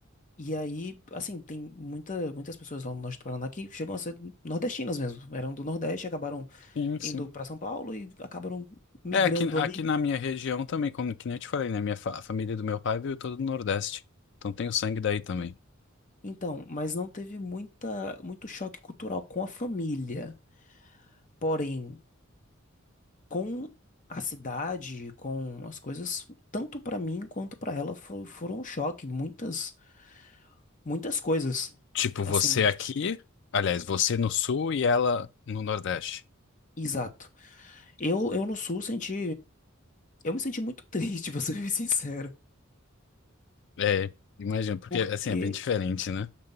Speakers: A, on the left; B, on the left.
A: E aí, assim, tem muita, muitas pessoas lá no norte do Paraná que chegam a ser nordestinas mesmo. Eram do Nordeste, acabaram
B: Sim, sim.
A: indo pra São Paulo e acabaram migrando
B: É, aqui, aqui
A: ali.
B: na minha região também, como que nem eu te falei, né? Minha fa- a família do meu pai veio toda do Nordeste. Então tem o sangue daí também.
A: Então, mas não teve muita, muito choque cultural com a família. Porém, com a cidade, com as coisas, tanto pra mim quanto pra ela fo- foram um choque, muitas muitas coisas.
B: Tipo, você
A: Assim,
B: aqui, aliás, você no sul e ela no Nordeste.
A: exato. Eu eu no sul senti, eu me senti muito triste, <laughs> pra ser bem sincero,
B: É, imagino, porque
A: porque
B: assim é bem diferente, né?